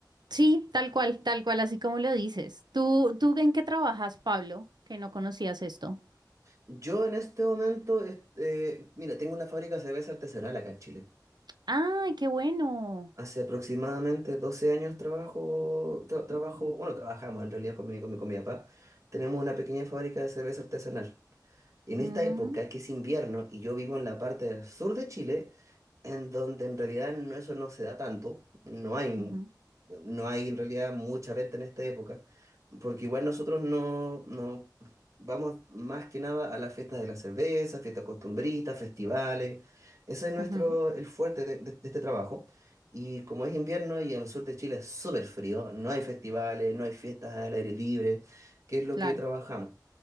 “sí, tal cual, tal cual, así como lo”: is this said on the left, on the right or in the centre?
Right